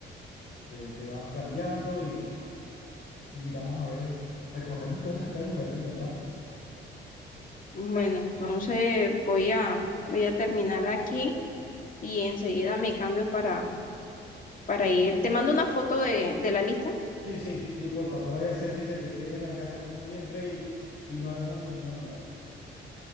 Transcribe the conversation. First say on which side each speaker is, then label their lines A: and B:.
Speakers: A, on the left; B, on the left.
A: Te, te vas cambiando y, y miramos a ver, recorremos todas esas calles a ver qué encontramos.
B: Bueno, entonces voy a, voy a terminar aquí y enseguida me cambio para, para ir. Te mando una foto de, de la lista.
A: Sí, sí, sí, porfa, no vaya a ser que se te quede en la casa como siempre y, y no hagamos ningún mandado.